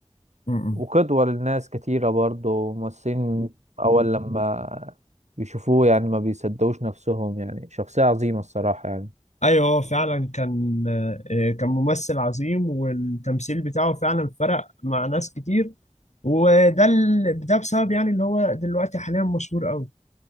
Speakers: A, on the left (about 90°); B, on the right (about 80°).
A: م- م.
B: وقدوة للناس كتيرة برضه ممثلين أول لما يشوفوه يعني ما بيصدقوش نفسهم يعني شخصية عظيمة الصراحة يعني
A: ايوه هو فعلا كان آه، كان ممثل عظيم والتمثيل بتاعه فعلا فرق مع ناس كتير وده ال... ده بسبب يعني اللي هو دلوقتي حاليا مشهور قوي